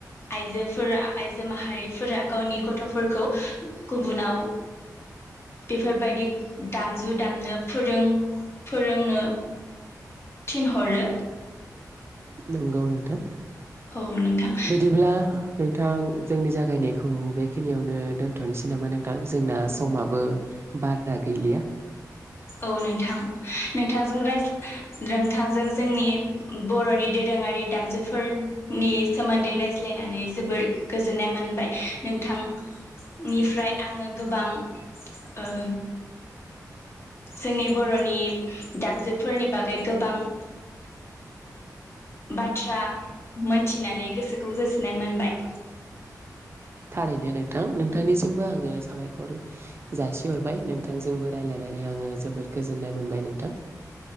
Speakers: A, on the left; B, on the right.
A: आइजोफोरा आइजो माहारिफोरा गावनि गथ'फोरखौ गुबुनाव बेफोरबायदि दामजु दामनो फोरों फोरोंनो थिनहरो।
B: नंगौ नोंथां
A: औ नोंथां
B: बिदिब्ला नोंथां जोंनि जागायनायखौ बेखिनियावनो दोनथ'नोसै नामा नोंथां जोंना समाबो बादा गैलिया
A: औ नोंथां नोंथांजों राज्ला नोंथांजों जोंनि बर'नि दोरोङारि दामजुफोरनि सोमोन्दै रायज्लायनानै जोबोर गोजोननाय मोनबाय नोंथांनिफ्राय आङो गोबां ओ जोंनि बर'नि दामजुफोरनि बागै गोबां बाथ्रा मोनथिनानै गोसोखौ गोजोननाय मोनबाय
B: थारैनो नोंथां नोंथांनिसिमबो आङो साबायखर जासिहरबाय नोंथांजोंबो रायलायनानै आङो जोबोद गोजोननाय मोनबाय नोंथां